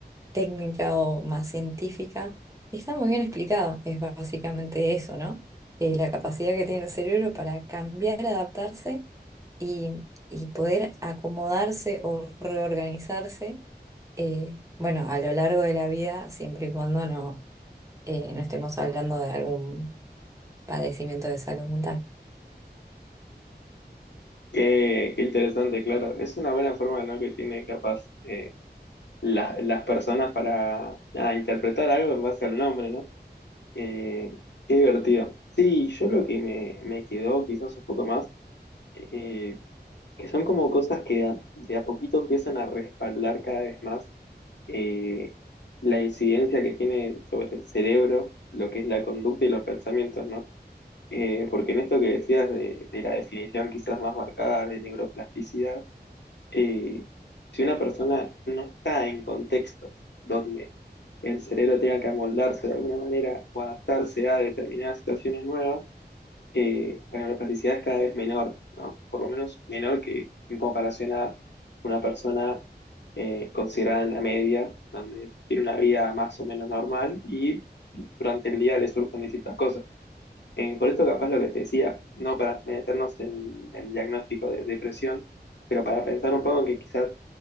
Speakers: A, on the right (about 20°); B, on the left (about 85°).
A: técnica o más científica, y está muy bien explicado. Es básicamente eso, ¿no? Eh, la capacidad que tiene el cerebro para cambiar, adaptarse y, y poder acomodarse o reorganizarse, eh, bueno, a lo largo de la vida, siempre y cuando no, eh, no estemos hablando de algún padecimiento de salud mental.
B: Qué, qué interesante, claro. Es una buena forma, ¿no? que tiene capaz eh, la- las personas para nada, interpretar algo en base al nombre, ¿no? Eh, qué divertido. Sí, yo lo que me, me quedó quizás un poco más, eh, que son como cosas que a- de a poquito empiezan a respaldar cada vez más eh, la incidencia que tiene sobre el cerebro, lo que es la conducta y los pensamientos, ¿no? Eh, porque en esto que decías de, de la definición quizás más marcada de neuroplasticidad, eh, si una persona no está en contextos donde el cerebro tenga que amoldarse de alguna manera o adaptarse a determinadas situaciones nuevas, eh, la neuroplasticidad es cada vez menor, ¿no? Por lo menos menor que en comparación a una persona eh, considerada en la media, donde tiene una vida más o menos normal y durante el día le surgen distintas cosas. Eh, por esto capaz lo que te decía, no para meternos en el diagnóstico de depresión, pero para pensar un poco en que quizás